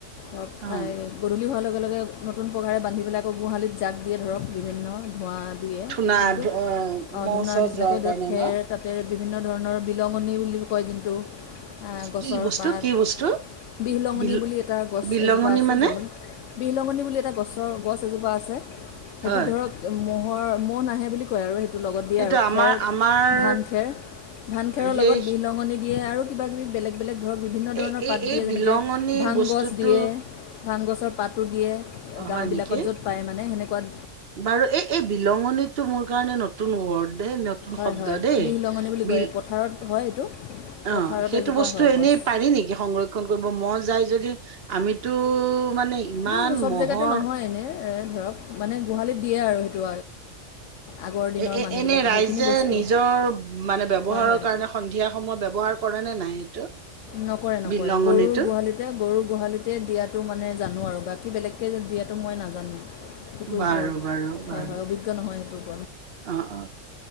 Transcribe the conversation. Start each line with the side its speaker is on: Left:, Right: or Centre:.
Left: লগ
Right: অ
Left: ঠাই গধূলি হোৱা অ লগে লগে নতুন পঘাৰে বান্ধি পেলাই আকৌ গোহালিত জাক দিয়ে ধৰক বিভিন্ন ধঁৱা দিয়ে
Right: না
Left: কিন্তু
Right: অ
Left: আহ,
Right: মচৰ
Left: ধূনাৰ নিচিনাকৈ
Right: যোৱাৰ
Left: ধৰক
Right: কাৰণে
Left: খেৰ
Right: ন
Left: তাতে বিভিন্ন ধৰণৰ বিলঙণনি বুলি কয় যোনটো গছৰ
Right: কি বস্তু
Left: পাত
Right: কি বস্তু
Left: বিহলঙনি
Right: বিল
Left: বুলি এটা গছ
Right: বিলঙনি
Left: এজোপা আছে
Right: মানে
Left: জল বিহলঙনি বুলি এটা গছৰ গছ এজোপা আছে সেইটো
Right: হয়
Left: ধৰক ম'হৰ মন আহ হে বুলি কয় আৰু সেইটো টো লগত দিয়ে
Right: সেইটো
Left: আৰু
Right: আমাৰ
Left: খেৰ
Right: আমাৰ
Left: ধান খেৰ ধান খেৰ
Right: সেই
Left: লগত বিহলঙনিত দিয়ে আৰু কিবা কিবি বেলেগ বেলেগ। ধৰক বিভিন্ন ধৰণৰ
Right: এই এই
Left: পাত
Right: এই
Left: দিয়ে
Right: বিলঙনি
Left: যেনেকৈ ভাংগছ
Right: বস্তুটো
Left: দিয়ে ভাংগছৰ পাত তটো দিয়ে গাঁওবিলাকত
Right: হয় নেকি
Left: য'ত পায় মানে সেনেক কাত
Right: বাৰু এই এই বিলঙনটো মোৰ নতুন নতুন
Left: হয়
Right: শব্
Left: হয়
Right: দ
Left: বিহলঙনি বুলি কয় পথাৰত হয় এইটো
Right: অ
Left: পথাৰত
Right: সেইটো
Left: এজোপা
Right: বস্তু
Left: হয়
Right: এনেই
Left: গছ
Right: পাৰ সংৰক্ষণ ম য য আমিতো মানে ইমান
Left: এইটো চব
Right: মহৰ
Left: জেগাতে নহয় এনেই এ ধৰক মানে গোহালিত দিয়ে আৰু সেইটো আগৰ দিনৰ
Right: এ এ
Left: মানুহবিলাকে
Right: এনে ৰাইজে
Left: সেইখিনি বস্তু
Right: নিজৰ মানে ব্যৱহাৰৰ
Left: হয় হয়
Right: কাৰণে সন্ধিয়া সময় ব্যৱহাৰ কৰা নে নাই এইটো?
Left: নকৰে নকৰে
Right: বিলঙনিটো
Left: গৰুৰ গোহালিতে গৰুৰ গোহালিতে দিয়াটো মানে জানো আৰু বাকী বেলেগকৈ দিয়াতো মই নাজানো। সেইটোৰ
Right: বাৰু
Left: ওপৰত
Right: বাৰু বাৰু
Left: হয় হয় অভিজ্ঞ নহয় সেইটো।
Right: অ অ